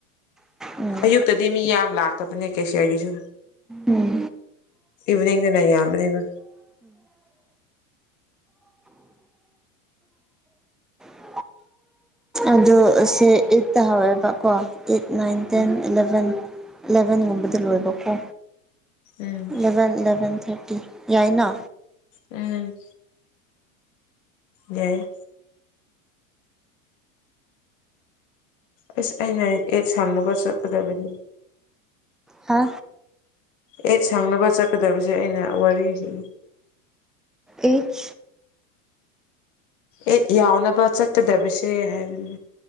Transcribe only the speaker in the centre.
ꯎꯝ
ꯎꯝ
ꯎꯝ ꯑꯗꯣ ꯁꯦ ꯑꯦꯠꯇ ꯍꯧꯋꯦꯕꯀꯣ eight nine ten
eleven ꯑꯦꯂꯚꯦꯟꯒꯨꯝꯕꯗ ꯂꯣꯏꯕꯀꯣ
ꯏꯂꯚꯦꯟ ꯑꯦꯂꯚꯦꯟ ꯊꯥꯔꯇꯤ ꯌꯥꯏꯅ
ꯍꯥ
ꯑꯦꯠ